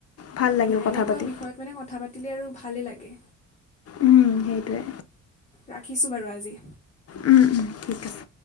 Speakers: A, on the left; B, on the left.
A: ভাল লাগিল কথা
B: এনেকুৱা
A: পাতি
B: বিষয়ত মানে কথা পাতিলে আৰু ভালেই লাগে।
A: উম, সেইটোৱে।
B: ৰাখিছোঁ বাৰু আজি।
A: উম, উম। ঠিক আছে।